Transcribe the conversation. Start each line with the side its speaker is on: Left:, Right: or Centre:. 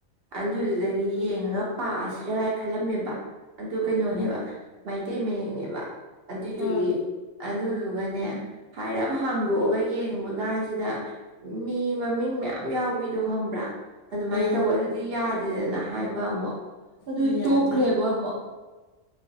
Right: ꯑꯗꯨꯗꯨꯗꯒꯤ ꯌꯦꯡꯉꯒ ꯄꯥꯁꯤꯔꯒꯥꯏ ꯈꯜꯂꯝꯃꯦꯕ ꯑꯗꯨ ꯀꯩꯅꯣꯅꯦꯕ
Left: ꯎꯝ ꯎꯝ
Right: ꯃꯩꯇꯩ ꯃꯌꯦꯡꯅꯦꯕ ꯑꯗꯨꯏꯗꯨꯒꯤ
Left: ꯍꯣꯏ
Right: ꯑꯗꯨꯗꯨꯒꯅꯦ ꯍꯥꯏꯔꯞ ꯍꯥꯡꯗꯣꯛꯑꯒ ꯌꯦꯡꯕ ꯀꯥꯟꯁꯤꯗ ꯃꯤ ꯃꯃꯤꯡ ꯃꯌꯥꯝ ꯌꯥꯝ ꯌꯥꯎꯕꯤꯗꯣ ꯈꯪꯕ꯭ꯔꯥ ꯑꯗꯨꯃꯥꯏꯅ
Left: ꯎꯝ
Right: ꯇꯧꯕ ꯑꯗꯨꯗꯤ ꯌꯥꯗꯦꯗꯅ ꯍꯥꯏꯕ ꯑꯃꯨꯛ ꯑꯗꯨꯏ
Left: ꯌꯥꯗꯦ
Right: ꯇꯣꯛꯈ꯭ꯔꯦꯕ ꯑꯃꯨꯛ